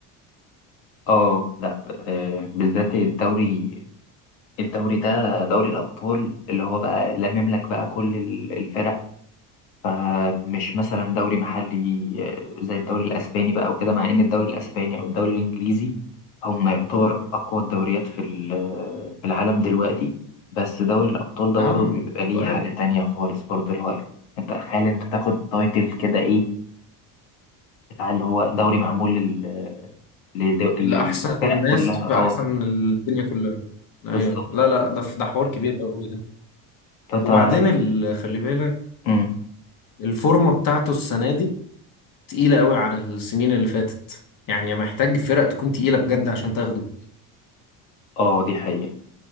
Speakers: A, on the left (about 90°); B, on the left (about 50°).
A: اه لا آه، بالذات الدوري الدوري ده دوري الأبطال اللي هو بقى لمم لك بقى كل ال- الفرق فمش مثلا دوري محلي آه، زي الدوري الاسباني بقى وكده مع ان الدوري الاسباني او الدوري الانجليزي هم يعتبر اقوى الدوريات في ال- في العالم دلوقتي بس دوري الابطال ده
B: نعم
A: برضه بيبقى ليه
B: سؤال
A: حاجه تانية خالص برضه الهاي انت تخيل انت تاخد تايتل كده ايه بتاع اللي هو دوري معمول لل... لد-
B: لأحسن
A: للفرق
B: ناس
A: كلها
B: في
A: اه
B: أحسن الدنيا كلها أيوه
A: بالظبط
B: لا لا
A: بالظبط
B: ده ده حوار كبير قوي ده
A: تاتا
B: وبعدين ال- خلي بالك
A: مم.
B: الفورمة بتاعته السنة دي تقيلة قوي عن السنين اللي فاتت يعني محتاج فرق تكون تقيلة بجد عشان تاخده
A: اه دي حقيقة